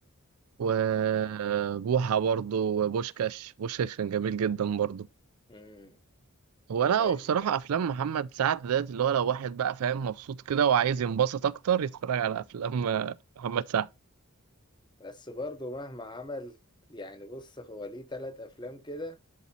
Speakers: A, on the right; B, on the left.
A: وبوحة برضه وبوشكاش بوشكاش كان جميل جدا برضه
B: مم.
A: هو
B: دي
A: لا
B: حقيقة
A: هو بصراحة
B: فعلا.
A: أفلام محمد سعد ديت اللي هو لو واحد بقى فاهم مبسوط كده وعايز ينبسط أكتر يتفرج على أفلام آه، محمد سعد
B: بس برضه مهما عمل يعني بص هو ليه تلات أفلام كده